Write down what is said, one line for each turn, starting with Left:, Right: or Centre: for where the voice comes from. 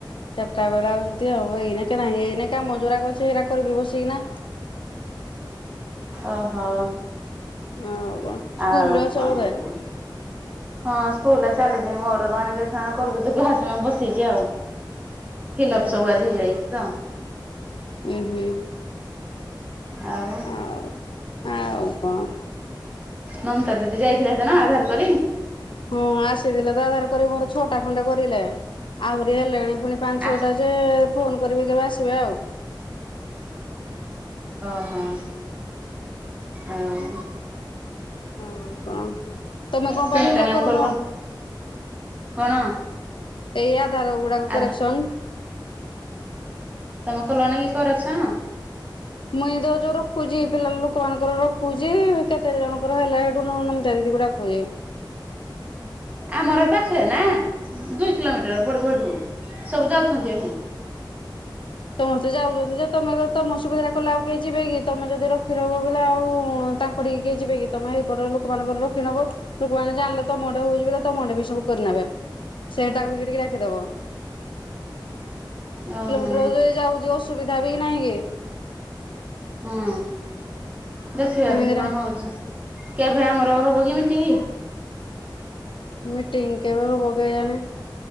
Left: ଚାଟା ବେଳେ ଆଉ ଯଦି ହବ, ଏଇନେ କେ ନାହିଁ ଏଇନେ କାମ ଜୋରାକ ଅଛି ଏଇଟା କରିବି ବସିକିନା।
Right: ଓ ହୋ।
Left: ଆଉ କଣ ସ୍କୁଲରେ
Right: ଆଉ
Left: ଅଛ
Right: କଣ
Left: ବୋଧେ
Right: କୁଅ? ହଁ ସ୍କୁଲ୍ ର ଚାଲିଚି ମୋର <unintelligible> କରୁଚି ତ <unintelligible> ବସେଇଛି ଆଉ। ଫିଲପ୍
Left: ହୁଁ
Right: ସବୁ
Left: ହୁଁ
Right: ଆଜି ହେଇଯାଇଛି ତ।
Left: ଉଁ, ହୁଁ।
Right: ଆଉ।
Left: ଆଉ, ଆଉ କଣ?
Right: ମମତା ଦିଦି ଯାଇଥିଲେ ସେଦିନ ଆଧାର କରି?
Left: ହଁ ଆସିଥିଲେ ତ ଆଧାର କରି ମୋର ଛଅଟା ଖଣ୍ଡେ କରିଲେ। ଆହୁରି ହେଲେଣି ପୁଣି ପାଞ୍ଚ
Right: ଆ
Left: ଛଅଟା ଯେ ଫୋନ୍ କରିବି କେବେ ଆସିବେ ଆଉ।
Right: ଓ, ହଁ ଆଉ
Left: ଓ, କଣ ତୋମେ କଣ
Right: ସୁନିତା
Left: ପାଇଁ ହିନ୍ଦା
Right: ମ୍ୟାମ୍
Left: କରୁନ?
Right: କଲ୍ କଣ କଣ?
Left: ଏଇ ଆଧାର ଗୁଡାକ
Right: ଆଧା
Left: କରେକ୍ସନ୍।
Right: ତୋମେ କଲ ନା କି କରେକ୍ସନ?
Left: ମୁଇଁ ତ ଯୋଉ ରଖୁଛି ପିଲା ଲୋକମାନଙ୍କର ରଖୁଛି, କେତେ ଜଣଙ୍କର ହେଲା। <unintelligible>
Right: ଆମର ଏ ପାଖରେ ନା ଦୁଇ କିଲୋମିଟର ପଡିବ ଏଠୁଁ, ସବୁ ଯାଉଛନ୍ତି ଏଠୁଁ।
Left: ସମସ୍ତେ ଯାଉଚନ୍ତି ଯେ ତୋମେ ତ ତୋମ ଅସୁବିଧାଟା କଲେ ଆଉ କେହି ଯିବେ କି? ତୋମେ ଯଦି ରଖି ରହିବ ବଲେ ଆଉ ତାଙ୍କ କୁଆଡେ କିଏ ଯିବେ କି? ତୋମେ ଏଇପଟ ଲୋକମାନଙ୍କର ରଖି ନବ, ଲୋକମାନେ ଜାଣିଲେ ତୋମ ଆଡେ ବୁଝିବେ କେ ତୋମ <unintelligible> ବି ସବୁ କରିନେବେ। ସେ ତାକୁ କିରିକି ଡାକି ଦବ।
Right: ଓ ହଁ।
Left: <unintelligible> ଯାଉଛି ଅସୁବିଧା ବି ନାହିଁ କି?
Right: ହୁଁ ଦେଖିବା
Left: ଏମିତିରେ
Right: ଦେଖି କଣ ହଉଛି, କେବେ ଆମର ହବ କି ମିଟିଂ?
Left: ମିଟିଂ କେବେ ହବ? କେଜାଣି